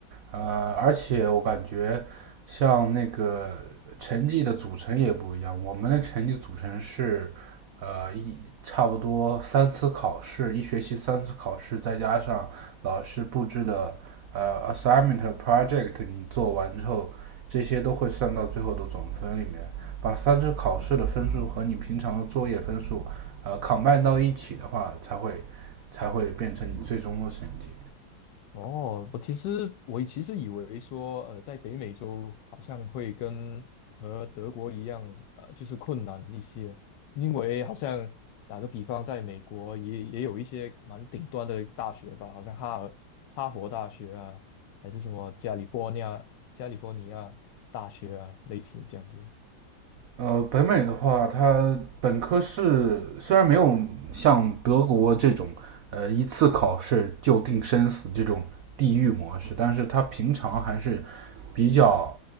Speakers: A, on the right; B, on the left.
A: 呃，而且我感觉像那个成绩的组成也不一样，我们的成绩组成是呃一差不多三次考试，一学期三次考试，再加上老师布置的呃 assignment 和 project，你做完之后，这些都会算到最后的总分里面。把三次考试的分数和你平常的作业分数，呃，combine 到一起的话，才会才会变成你最终的成绩。
B: 哦，我其实我其实以为说，呃，在北美洲好像会跟和德国一样，呃，就是困难一些，因为好像打个比方，在美国也也有一些蛮顶端的大学吧，好像哈尔哈佛大学啊，还是什么加利福尼亚加利福尼亚大学啊，类似这样子。
A: 呃，北美的话，它本科是虽然没有像德国这种呃一次考试就定生死这种地狱模式，但是它平常还是比较